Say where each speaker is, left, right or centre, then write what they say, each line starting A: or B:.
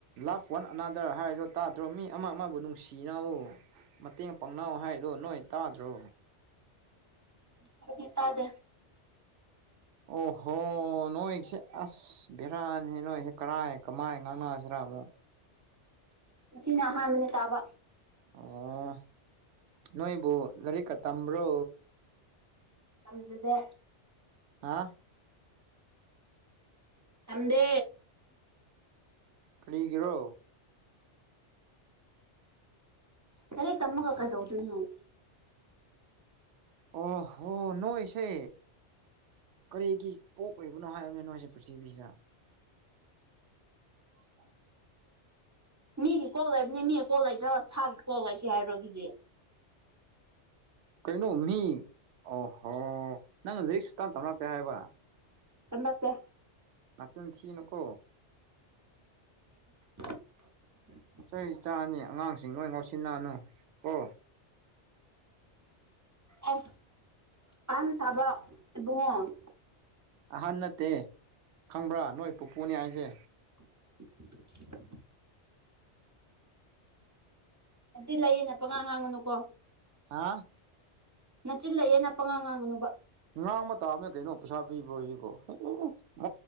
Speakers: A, on the right; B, on the right.
A: ꯂꯞ ꯋꯥꯟ ꯑꯅꯥꯗꯔ ꯍꯥꯏꯔꯤꯗꯣ ꯇꯥꯗ꯭ꯔꯣ ꯃꯤ ꯑꯃ ꯑꯃꯕꯨ ꯅꯨꯡꯁꯤꯅꯧ ꯃꯇꯦꯡ ꯄꯥꯡꯅ‌ꯧ ꯍꯥꯏꯗꯣ ꯅꯣꯏ ꯇꯥꯗ꯭ꯔꯣ
B: ꯈꯣꯏꯗꯤ ꯇꯥꯗꯦ
A: ꯑꯣꯍꯣ ꯅꯣꯏꯁꯦ ꯑꯁ ꯕꯦꯔꯥꯅꯤ ꯅꯣꯏꯁꯦ ꯀꯔꯥꯏ ꯀꯃꯥꯏ ꯉꯥꯡꯅꯁꯤꯔꯥ ꯑꯃꯨꯛ
B: ꯉꯁꯤꯅ ꯑꯍꯥꯟꯕꯅꯦ ꯇꯥꯕ
A: ꯑꯣ ꯅꯣꯏꯕꯨ ꯂꯥꯏꯔꯤꯛꯀ ꯇꯝꯕ꯭ꯔꯣ
B: ꯇꯝꯖꯗꯦ
A: ꯍꯥ
B: ꯇꯝꯗꯦ
A: ꯀꯔꯤꯒꯤꯔꯣ
B: ꯂꯥꯏꯔꯤꯛ ꯇꯝꯃꯒ ꯀꯩꯗꯧꯗꯣꯏꯅꯣ
A: ꯑꯣ ꯍꯣ ꯅꯣꯏꯁꯦ ꯀꯔꯤꯒꯤ ꯄ‌ꯣꯛꯏꯕꯅ꯫ ꯂꯩꯕꯅꯣ ꯍꯥꯏꯕꯅꯦ ꯅꯣꯏꯁꯦ ꯄ꯭ꯔꯤꯊꯤꯕꯤꯁꯤꯗ <inaudible>
B: ꯃꯤꯒꯤ ꯀꯣꯛꯜ ꯂꯩꯕꯅꯤ ꯃꯤꯒꯤ ꯀꯣꯜ ꯂꯩꯇ꯭ꯔ ꯁꯥꯒꯤ ꯀꯣꯛ ꯂꯩꯁꯤ ꯍꯥꯏꯔꯣ ꯑꯗꯨꯗꯤ
A: ꯀꯩꯅꯣ ꯃꯤ ꯑꯣꯍꯣ ꯅꯪꯅ ꯂꯥꯏꯔꯤꯛ ꯁꯨꯛꯇꯥꯟ ꯇꯞꯅꯛꯇꯦ ꯍꯥꯏꯕ
B: ꯇꯝꯃꯛꯇꯦ
A: ꯅꯥꯆꯤꯟ ꯊꯅꯨꯀꯣ
B: <inaudible>
A: ꯆꯍꯤ ꯆꯥꯅꯤ ꯑꯉꯥꯡꯁꯤꯡ ꯂꯣꯏ ꯉꯥꯎꯁꯤꯟꯅꯅꯨ ꯀꯣ
B: ꯑꯦ ꯑꯍꯟ ꯁꯥꯕ ꯏꯕꯨꯨꯡꯉꯣ
A: ꯑꯍꯟ ꯅꯠꯇꯦ ꯈꯪꯕ꯭ꯔꯥ ꯅꯣꯏ ꯄꯨꯄꯨꯅꯤ ꯍꯥꯏꯁꯦ
B: <inaudible> <inaudible> ꯆꯤꯂꯩꯌꯦꯅ ꯄꯉ ꯉꯥꯡꯉꯅꯨꯀꯣ
A: ꯍꯥ
B: ꯅꯥꯆꯤꯂꯛꯑꯌꯦꯅ ꯄꯉꯥ ꯉꯥꯡꯉꯅꯨꯕ
A: ꯉꯥꯡꯕ ꯇꯥꯕꯅꯦ ꯀꯩꯅꯣ ꯄꯩꯁꯥ ꯄꯤꯕ꯭ꯔꯣ ꯁꯤꯕꯣ ꯎ